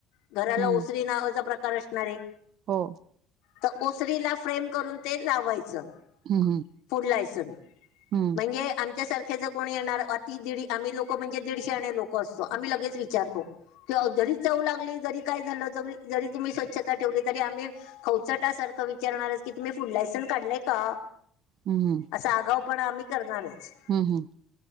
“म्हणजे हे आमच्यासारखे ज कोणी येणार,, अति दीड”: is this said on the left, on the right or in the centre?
Left